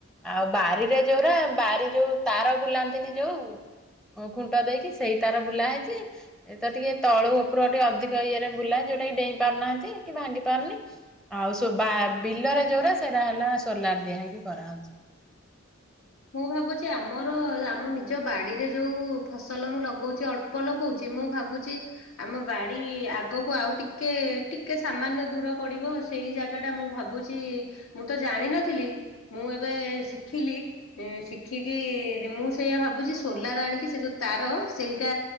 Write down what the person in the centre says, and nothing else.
ଆଉ ବାରିରେ ଯୋଉରା ବାରି ଯୋଉ ତାର ବୁଲାନ୍ତିନି ଯୋଉ ଓ ଖୁଣ୍ଟ ଦେଇକି ସେଇ ତାର ବୁଲା ହେଇଚି। ଏ ତ ଟିକେ ତଳୁ ଉପରୁକୁ ଟିକେ ଅଧିକ ଇଏରେ ବୁଲା ଯୋଉଟା କିି ଡେଇଁ ପାରୁନାହାନ୍ତି କି ଭାଙ୍ଗି ପାରୁନି। ଆଉ ସ- ବା-ବିଲରେ ଯୋଉଟା ସେଇଟା ହେଲା ସୋଲାର ଦିଆ ହେଇକି କରାହଉଛି।